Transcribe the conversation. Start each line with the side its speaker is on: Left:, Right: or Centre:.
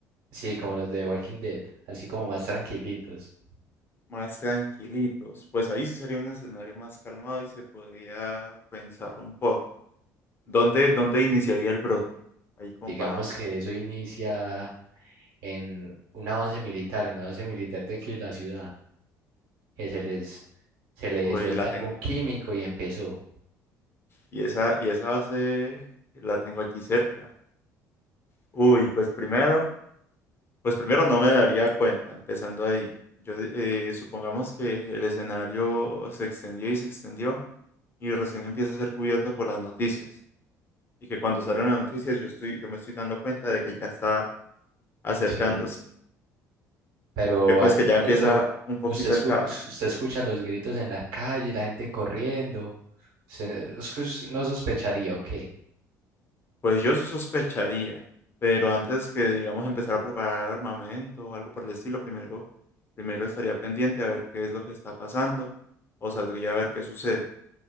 Right: sí, como los de Walking Dead, así como más tranquilitos.
Left: más tranquilitos. Pues ahí sí sería un escenario más calmado y se podría pensar un poco. ¿Dónde, dónde iniciaría el brote? Ahí como
Right: Digamos
Left: para,
Right: que eso inicia en una base militar, en la base militar de aquí de la ciudad, que se les, se les
Left: uy,
Right: suelta
Left: la tengo.
Right: algún químico y empezó.
Left: Y esa, y esa base la tengo aquí cerca. Uy, pues primero. Pues primero no me daría cuenta, empezando ahí. Yo eh, supongamos que el escenario se extendió y se extendió y recién empieza a ser cubierto por las noticias. Y que cuando salen las noticias yo estoy, yo me estoy dando cuenta de que ya está acercándose.
Right: Sí. Pero
Left: Que pues
Right: antes
Left: que ya
Right: de
Left: empieza
Right: eso,
Left: un poquito
Right: usted, escu-
Left: el caos.
Right: usted escucha los gritos en la calle, la gente corriendo. Usted no usted no sospecharía o qué?
Left: Pues yo sí sospecharía, pero antes que digamos empezar a preparar armamento o algo por el estilo, primero, primero estaría pendiente a ver qué es lo que está pasando o saldría a ver qué sucede.